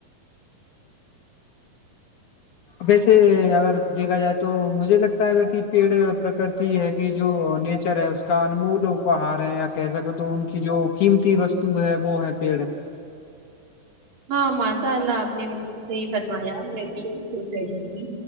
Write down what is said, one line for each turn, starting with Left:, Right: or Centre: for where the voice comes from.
Left: ویسے اگر دیکھا جائے تو مجھے لگتا۔ لگتا ہے کہ پیڑ پرکرتی ہے کہ جو نیچر ہے اس کا انمول اپہار ہے یا کہ سکتے تو ان کی جو قیمتی وستو ہے وہ ہے پیڑ۔
Right: ہاں ماشاء اللہ آپ نے بالکل صحیح فرمایا میں بھی یہی سوچ رہی تھی